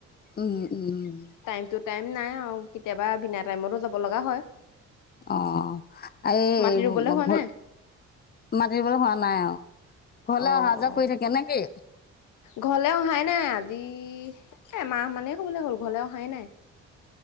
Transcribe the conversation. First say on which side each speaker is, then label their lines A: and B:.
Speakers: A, on the left; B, on the left.
A: উম -উম
B: টাইম টু টাইম নাই আৰু কেতিয়াবা বিনা টাইমতো যাব লগা হয়।
A: অ' এই
B: মাটি ৰুবলৈ হোৱা
A: ঘ
B: নাই
A: মাতিবলৈ হোৱা নাই আৰু ঘৰলৈ
B: অ'- অ',
A: অহা যোৱা কৰি থাকে নে কি?
B: ঘৰলে অহাই নাই আজি এমাহ মানেই হ'বলৈ হ'ল ঘৰলে অহাই নাই।